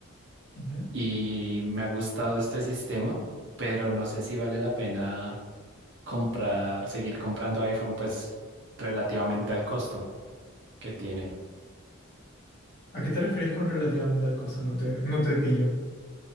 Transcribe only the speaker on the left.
Ujú.
¿A qué te refieres con relativamente al costo? No te, no te pillo.